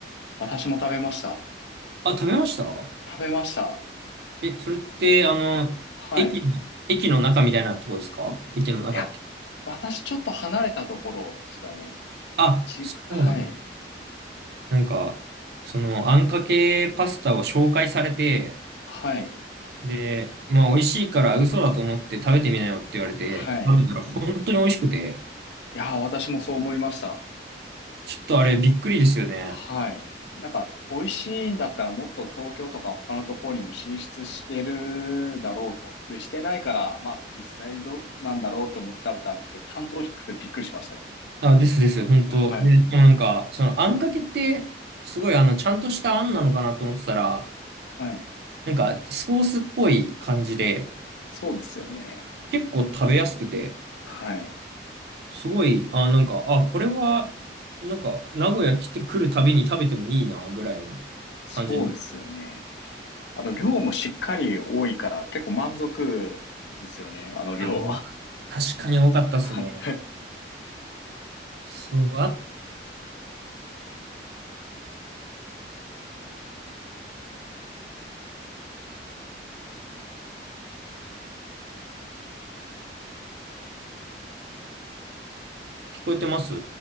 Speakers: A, on the left; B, on the right.
A: 私も食べました。
B: あ、食べました
A: 食べました。
B: え、それって、あの、
A: はい。
B: 駅の、駅の中みたいなとこですか駅の中って。
A: いや、私ちょっと離れたところでしたね。
B: あ、
A: ち、
B: そうなんだ
A: はい。
B: なんか、その、あんかけパスタを紹介されて、
A: はい。
B: で、まあ、美味しいから嘘だと思って食べてみなよって言われて、
A: はい。
B: 食べたら本当に美味しくて、
A: いや、私もそう思いました。
B: ちょっとあれびっくりですよね。
A: はい。なんか、美味しいんだったらもっと東京とか他のところにも進出してるだろうと。で、してないから、まあ実際どうなんだろうと思って食べたんですけど、ちゃんと美味しくてびっくりしましたね。
B: あ、ですです、本当。
A: はい。
B: で、しかもなんか、その、あんかけって、すごいあの、ちゃんとしたあんなのかなと思ってたら、
A: はい。
B: なんか、ソースっぽい感じで、
A: そうですよね。
B: 結構食べやすくて、
A: はい。
B: すごい、あ、なんか、あ、これは、なんか、名古屋来てくるたびに食べてもいいな、ぐらいの
A: そうですよね。
B: 感じ。
A: あと、量もしっかり多いから、結構満足ですよね。あの量は。
B: あ、おか確かに多かったっすね。
A: <laughs>
B: そう、あ、聞こえてます